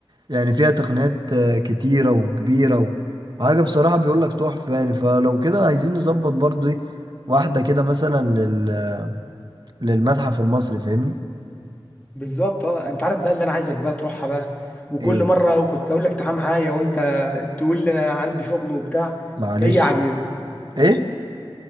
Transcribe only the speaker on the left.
بالظبط اه انت عارف بقى اللي انا عايزك بقى تروحها بقى وكل
مره كنت اقول لك تعال معايا وانت تقول لي انا عندي شغل وبتاع
هي عجيبه